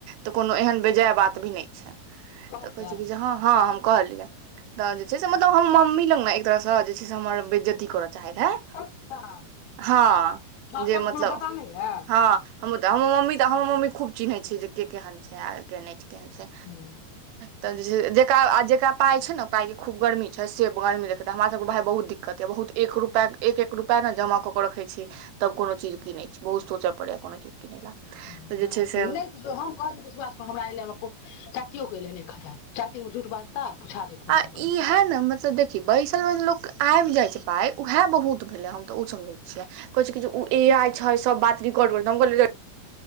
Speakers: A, on the right (about 85°); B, on the left (about 85°).
A: तऽ कोनो एहन बेजाय बात भी नहि छै
B: कहलियै
A: तऽ कहै छै कि हँ हँ हम कहलियै तहन जे छै से मतलब हम मम्मी लग न एक तरहसँ जे छै से हमर बेज्जती करऽ चाहै रहै
B: अच्छा
A: हँ
B: चाउरमे
A: जे मतलब
B: कोनो पता नहि यऽ
A: हँ हमहूत हमहू मम्मी तऽ हमर मम्मी खूब चिन्है छै जे के केहन छै आ के नहि छै केहन छै
B: हुँ
A: तऽ जे छै जेकरा जे जेकरा पाय छै ने उ पाय के खू गर्मी छै से गर्मी देखे हमरा सब के भाय बहुत दिक्कत य बहुत एक रूपय एक एक रूपय ने जमा कऽ कऽ रखे छी तब कोनो चीज कीने छी बहुत सोचय पड़े य कोनो चीज किनै लए
B: ब
A: तऽ जे छै से
B: नहि हम कहै छी विश्वास कर हमरा एल हम अपन चा चाचीयो के एलै एक हजार चाची झूठ बाजता पुछा देब फोन
A: आ
B: कऽ
A: ई हए ने मतलब देखि बैसल बैसल लोक क आबि जाइ छै पाइ उएह बहुत भेले हम तऽ सब लै छियै कहे छै ए आई छै सब बात रिकॉर्ड करै छै <inaudible>